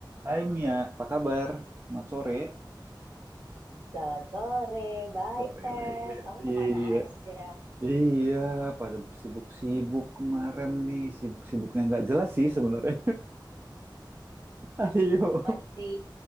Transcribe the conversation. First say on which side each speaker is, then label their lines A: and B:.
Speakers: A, on the right; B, on the right.
A: Hai Mia, apa kabar? Selamat sore.
B: Selamat sore, baik
A: Sore
B: Seth.
A: lagi.
B: Kamu kemana
A: Iya.
B: aja?
A: Iya, pada bersibuk-sibuk kemarin nih, sibuk-sibuknya nggak jelas sih sebenarnya. <laughs> Ayo,
B: Masih